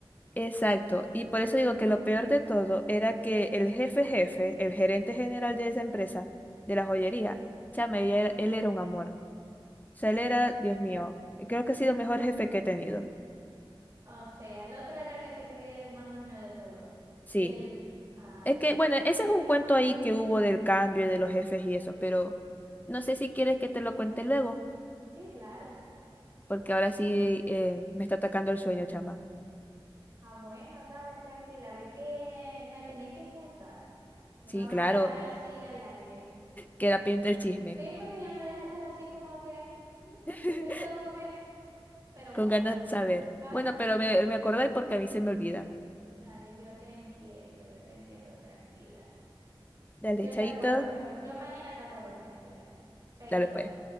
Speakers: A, on the left; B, on the right.
A: Exacto, y por eso digo que lo peor de todo era que el jefe jefe, el gerente general de esa empresa, de la joyería, chama, ella era- él era un amor. O sea, él era, Dios mío, creo que ha sido el mejor jefe que he tenido.
B: O sea, el otro era el que se creía el más dueño de todo.
A: Sí,
B: Y el, ah,
A: es
B: ¿qué
A: que,
B: te
A: bueno,
B: puso?
A: ese es un cuento ahí que hubo del cambio y de los jefes y eso, pero no sé si quieres que te lo cuente luego,
B: Sí, claro.
A: porque ahora sí eh, me está atacando el sueño, chama.
B: Ah, bueno, dale, tranquila, ve que me tenéis que contar. No
A: Sí,
B: me vas
A: claro,
B: a dejar así al aire.
A: queda pendiente
B: Bueno,
A: el chisme,
B: Sí, porque ya me dejaste así como que, mm,
A: <laughs>
B: y yo quedo como que, pero
A: con
B: bueno,
A: ganas de saber.
B: ajá,
A: Bueno, pero me, me acordé porque a mí se me olvida.
B: dale, yo te entiendo, yo te entiendo, tranquila.
A: Dale,
B: Yo
A: chaito.
B: te acuerdo, yo, yo mañana te acuerdo, tranquila. Chaito.
A: Dale pues.